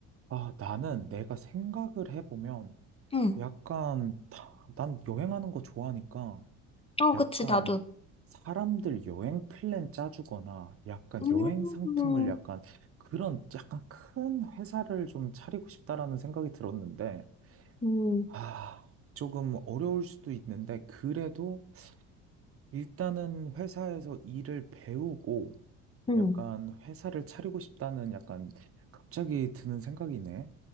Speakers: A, on the right (about 40°); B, on the left (about 15°).
A: 아, 나는 내가 생각을 해보면
B: 응.
A: 약간 다- 난 여행하는 거 좋아하니까
B: 어,
A: 약간
B: 그치, 나도.
A: 사람들 여행 플랜 짜주거나 약간
B: 음,
A: 여행 상품을
B: 음,
A: 약간 그런 약간 큰 회사를 좀 차리고 싶다라는 생각이 들었는데
B: 음.
A: 아, 조금 어려울 수도 있는데 그래도 일단은 회사에서 일을 배우고
B: 음.
A: 약간 회사를 차리고 싶다는 약간 갑자기 드는 생각이네.